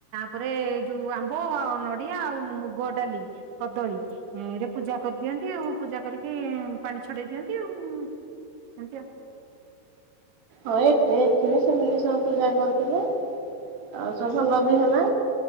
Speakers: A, on the right; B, on the right.
A: ପରେ ଯୋଉ ଆମ୍ବ ନଡିଆ ଆଉ ମୁଗ ଡାଲି କଦଳୀ ଏରେ ପୂଜା କରିଦିଅନ୍ତି ଆଉ ପୂଜା କରିକି ପାଣି ଛଡେଇ ଦିଅନ୍ତି ଆଉ। ଆ <unintelligible>
B: ହଏ ଏଠି ବି ସେମିତି ସବୁ ପୂଜା କରିିଥିଲେ ଆଉ ସବୁ ଭଲ ବି ହେଲା।